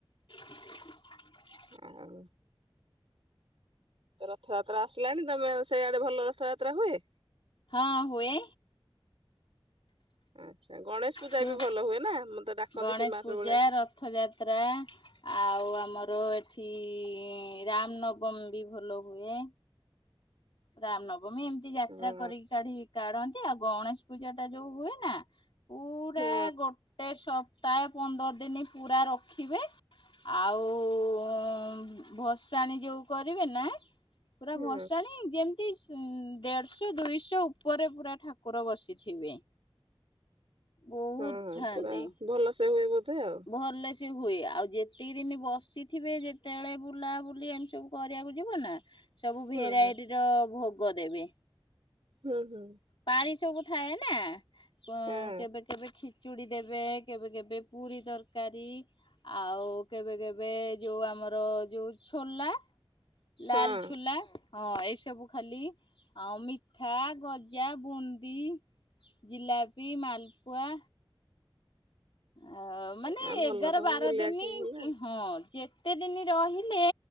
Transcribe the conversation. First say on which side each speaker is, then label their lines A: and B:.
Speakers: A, on the left; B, on the right.
A: <inaudible>
B: ଆଉ ରଥଯାତ୍ରା ଆସିଲାଣି ତମେ ସେଇଆଡେ ଭଲ ରଥଯାତ୍ରା ହୁଏ?
A: ହଁ ହୁଏ।
B: ଆଚ୍ଛା ଗଣେଶ ପୂଜା
A: ଛୁ
B: ବି ଭଲ ହୁଏ ନା ମୁଁତ ଡାକନ୍ତି
A: ଗଣେଶ
B: ସୀମା
A: ପୂଜା
B: ସବୁ ବେଳେ।
A: ରଥଯାତ୍ରା ଆଉ ଆମର ଏଠି ରାମନବ ବମ୍ବ ଭଲ ହୁଏ। ରାମନବମୀ ଏମିତି ଯାତ୍ରା
B: ହୁଁ
A: କରିକି କାଢି କାଢନ୍ତି ଆଉ ଗଣେଶ ପୂଜା ଟା ଯୋଉ ହୁଏ ନା ପୁରା
B: ହୁଁ
A: ଗୋଟେ ସପ୍ତାହେ ପନ୍ଦର ଦିନ ପୂରା ରଖିବେ। ଆଉ ଭସାଣି ଯେଉଁ କରିବେ ନା ପୁରା
B: ହୁଁ
A: ଭସାଣିି ଯେମତି ସୁଁନ ଦେଢଶହ ଦୁଇଶହ ଉପରେ ପୁରା ଠାକୁର ବସିଥିବେ। ବହୁତ
B: ହୁଁ ହଁ
A: ଥାଆନ୍ତି
B: ପୁରା ଭଲସେ ହୁଏ ବୋଧେ ଆଉ।
A: ଭଲେ ସେ ହୁଏ ଆଉ ଯେତିକି ଦିନ ବସିଥିବେ ଯେତେବେଳେ ବୁଲାବୁଲି ଏମତି ସବୁ କରିବାକୁ ଯିବ ନା ସବୁ
B: ହୁଁ
A: ଭେରାଇଟିର
B: ହୁଁ
A: ଭୋଗ ଦେବେ।
B: ହୁଁ ହୁଁ।
A: ପାଳି ସବୁ ଥାଏ ନା ପ
B: ହୁଁ
A: କେବେ କେବେ ଖୀ ଚୁଡ଼ି ଦେବେ କେବେ କେବେ ପୁରୀ ତରକାରୀ। ଆଉ କେବେ କେବେ ଯୋଉ ଆମର ଯୋଉ ଛୋଲା ଲାଲ
B: ହଁ
A: ଛୋଲା ହଁ ଏବ ସବୁ ଖାଲି ଆଉ ମିଠା, ଗଜା, ବୁନ୍ଦି ଜିଲାପି, ମାଲପୁଆ ଆଉ ମାନେ
B: ହଁ ଭଲ
A: ଏଗାର
B: ତମକୁ
A: ବାର
B: ବୁଲିବାକୁ
A: ଦିନି
B: ଭଲ
A: ହଁ ଯେ ତେ ଦିନି ରହିଲେ